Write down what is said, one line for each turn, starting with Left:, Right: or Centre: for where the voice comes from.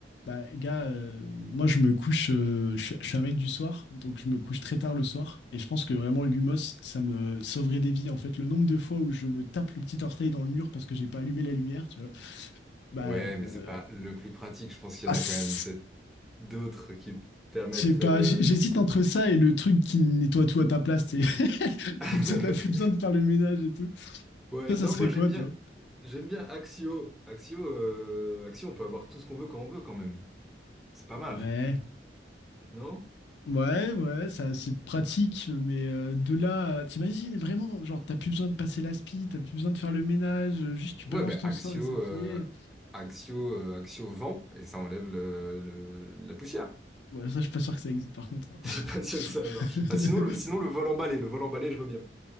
Left: bah, gars, euh, moi, je me couche. euh, je, suis, je suis un mec du soir, donc je me couche très tard le soir. Et je pense que vraiment, l'humos, ça me sauverait des vies. En fait, le nombre de fois où je me tape le petit orteil dans le mur parce que j'ai pas allumé la lumière, tu vois. Bah,
Centre: Ouais, mais
Left: euh,
Centre: c'est pas le plus pratique, je pense qu'il
Left: ah,
Centre: y en
Left: c'est-
Centre: a quand même peut-être d'autres qui permettent
Left: je sais pas.
Centre: de...
Left: j'- J'hésite entre ça et le truc qui nettoie tout à ta place. tu sais. <laughs>
Centre: <laughs>
Left: Comme ça, t'as plus besoin de faire le ménage et tout.
Centre: Ouais,
Left: Toi,
Centre: non,
Left: ça serait
Centre: moi j'aime
Left: quoi,
Centre: bien,
Left: toi?
Centre: j'aime bien Axio. Axio, euh, Axio, on peut avoir tout ce qu'on veut quand on veut quand même. C'est pas
Left: Ouais.
Centre: mal, non?
Left: Ouais, ouais, ça, c'est pratique, mais euh, de là, à- t'imagines vraiment, genre, t'as plus besoin de passer l'aspi, t'as plus besoin de faire le ménage, euh, juste tu balances
Centre: Ouais, ben
Left: ton
Centre: Axio,
Left: sort et c'est plié.
Centre: euh, Axio, euh, Axio vent et ça enlève le, le- la poussière.
Left: Ouais, ça, je suis pas sûr que ça existe, par contre.
Centre: <laughs>
Left: hein.
Centre: Je suis pas sûr que ça marche.
Left: <laughs>
Centre: Ah, sinon le, sinon le vol emballé, le vol emballé, je veux bien.